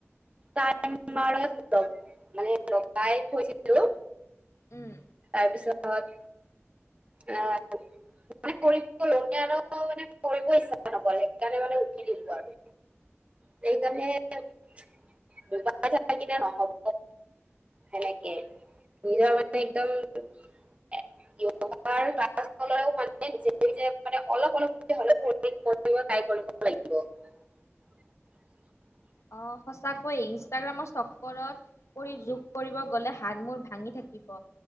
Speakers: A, on the right; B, on the left.
A: টাইমাৰত ল-মানে লগাই থৈছিলোঁ
B: উম,
A: তাপিছত এ, মানে কৰিব লওঁতে আৰু মানে কৰিব ইচ্ছা নগ'ল সেইকাৰণে মানে উঠি দিলো আৰু সেইকাৰণে <unintelligible> নহ'ব সেনেকে নিজৰ মানে একদম <unintelligible> <unintelligible> অলপ, অলপকে হলেওঁ <unintelligible> ট্ৰাই কৰিব লাগিব।
B: অ', সঁচাকৈয় ইনষ্টাগ্ৰামৰ চকৰত পৰি যোগ কৰিব গ'লে হাত, মূৰ ভাঙি থাকিব